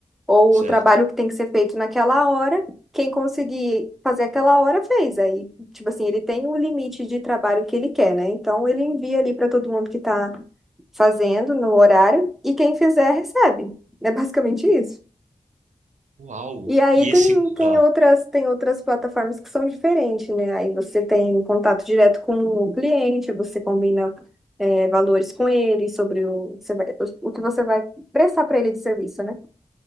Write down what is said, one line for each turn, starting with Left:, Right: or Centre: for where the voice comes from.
Centre: ou
Right: Certo.
Centre: o trabalho que tem que ser feito naquela hora. Quem conseguir fazer aquela hora fez. Aí, tipo assim, ele tem o limite de trabalho que ele quer, né? Então ele envia ali para todo mundo que está fazendo no horário e quem fizer recebe. É basicamente isso.
Right: Uau!
Centre: E aí
Right: E
Centre: tem,
Right: esse.
Centre: tem
Right: Ah,
Centre: outras, tem outras plataformas que são diferentes, né? Aí você tem contato direto com o cliente, você combina, é, valores com ele, sobre o, você vai- o que você vai prestar para ele de serviço, né?